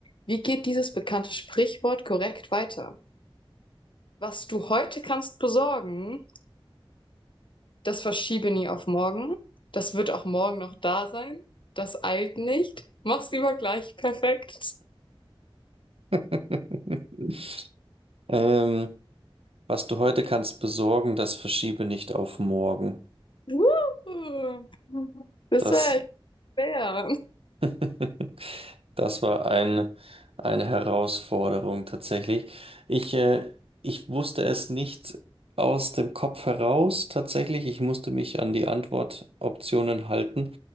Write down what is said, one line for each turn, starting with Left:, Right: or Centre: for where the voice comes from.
Left: Wie geht dieses bekannte Sprichwort korrekt weiter? Was du heute kannst besorgen, das verschiebe nie auf morgen. Das wird auch morgen noch da sein. Das eilt nicht. Mach's lieber gleich perfekt.
Right: <laughs> Ähm, was du heute kannst besorgen, das verschiebe nicht auf morgen.
Left: Wuhu. Das
Right: Das
Left: war echt schwer.
Right: <laughs> Das war ein, eine Herausforderung tatsächlich. Ich, äh, ich wusste es nicht aus dem Kopf heraus tatsächlich. Ich musste mich an die Antwortoptionen halten.